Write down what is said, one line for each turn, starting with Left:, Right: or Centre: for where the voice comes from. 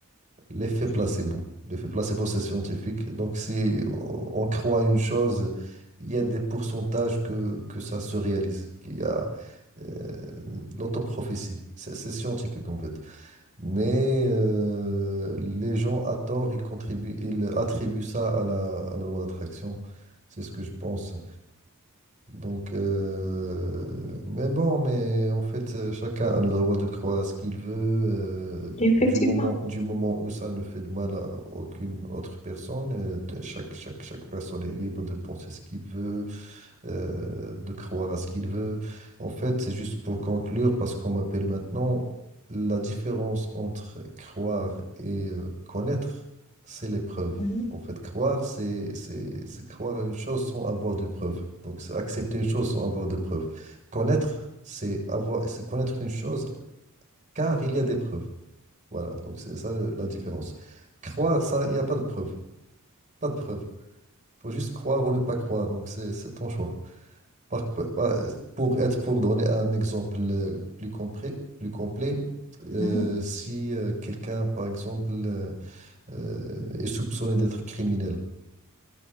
Right: l'effet placebo.
Left: Mhm.
Right: L'effet placebo, c'est scientifique. Donc, si on, on croit à une chose, il y a des pourcentages que, que ça se réalise, qu'il y a euh, l'autoprophétie. C'est c'est scientifique, en fait. Mais euh, les gens, à tort, ils contribuent, ils attribuent ça à la, à la loi d'attraction. C'est ce que je pense. Donc, euh, mais bon, mais en fait, euh, chacun a le droit de croire à ce qu'il veut, euh, du
Left: Effectivement.
Right: moment, du moment où ça ne fait de mal à aucune autre personne. euh, t- chaque, chaque, chaque personne est libre de penser ce qu'il veut, euh, de croire à ce qu'il veut. En fait, c'est juste pour conclure, parce qu'on m'appelle maintenant, la différence entre croire et euh, connaître, c'est l'épreuve.
Left: Mhm.
Right: En fait, croire, c'est, c'est, c'est croire à une chose sans avoir de preuves. Donc, c'est accepter une chose sans avoir de preuves. Connaître, c'est avoir, c'est connaître une chose car il y a des preuves. Voilà, donc c'est ça le- la différence. Croire, ça, il n'y a pas de preuves. Pas de preuves. Il faut juste croire ou ne pas croire. Donc, c'est c'est ton choix. Par- par- par- Pour être, pour donner un exemple euh, plus complet, plus complet, euh,
Left: Mhm.
Right: si euh, quelqu'un, par exemple, euh, euh, est soupçonné d'être criminel,